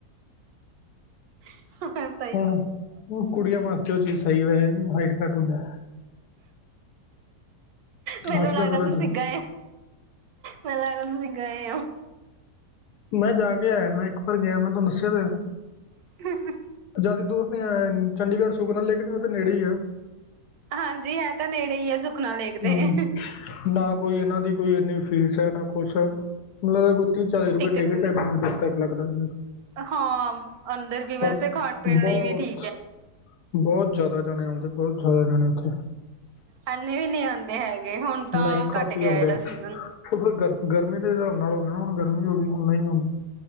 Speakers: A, on the right (about 70°); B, on the left (about 75°).
A: <inaudible>
B: ਹੂੰ, ਕੁੜੀਆਂ ਵਾਸਤੇ ਓ ਚੀਜ਼ ਸਈ ਵੈਹੇ ਹਾਈਟ ਘਾੱਟ ਹੁੰਦੈ
A: ਮੈਨੂੰ
B: ਆਸਰਾ
A: ਲੱਗਦਾ
B: ਕਰੋ
A: ਤੁਸੀ
B: ਤੁਸੀਂ
A: ਗਏ ਮੈਨੂੰ ਲੱਗਦਾ ਤੁਸੀਂ ਗਏ ਓ
B: ਮੈ ਜਾ ਕੇ ਆਏਆ ਮੈ ਇਕ <unintelligible> ਗੇਆ ਮੈ ਤਾਨੂੰ ਦਸੇਆ ਤੇ ਐ
A: <inaudible>
B: ਜ਼ਿਆਦੀ ਦੂਰ ਨੀ ਆਏ, ਚੰਡੀਗੜ ਸੁਕਨਾ ਲੇਕ ਨੇ ਓਦੇ ਨੇੜੇ ਈ ਆ
A: ਹਾਂਜੀ, ਐ ਤਾ ਨੇੜੇ ਈ ਐ ਸੁਖਨਾ ਲੇਕ ਦੇ।
B: ਹੂੰ ਨਾ ਕੋਈ ਇਨਾਂ ਦੀ ਕੋਈ ਇੰਨੀ ਫੀਸ ਐ ਨਾ ਕੁਛ <unintelligible> ਕੋਈ ਤੀ ਚਾਲੀ ਰੱਪੇ
A: ਟਿਕਟ
B: <unintelligible>
A: ਵੀ ਹਾਂ ਅੰਦਰ ਵੀ ਵੈਸੇ
B: ਪਰ
A: ਖਾਣ ਪੀਣ
B: ਬੌਤ
A: ਲਈ ਵੀ ਠੀਕ ਹੈ
B: ਬੋਤ ਜਾਦਾ ਜਣੇ ਆਓਦੇ, ਬੋਤ ਜਾਦਾ ਜਣੇ ਓਥੇ
A: ਐਨੇ ਵੀ ਨੀ ਆਨਦੇ ਹੈਗੇ, ਹੋਨ ਤਾਂ
B: ਨਹੀਂ ਕਾਫੀ
A: ਘਾੱਟ ਗੇਆ
B: ਆਉਂਦੇ
A: ਐਦਾ ਸੀਜ਼ਨ
B: <unintelligible> ਗਰ ਗਰਮੀ ਦੇ ਹੇਸਾਬ ਨਾਲ ਹੋਗਯਾ ਹੁਣ ਗਰਮੀ ਹੋ ਗਈ ਹੁਣ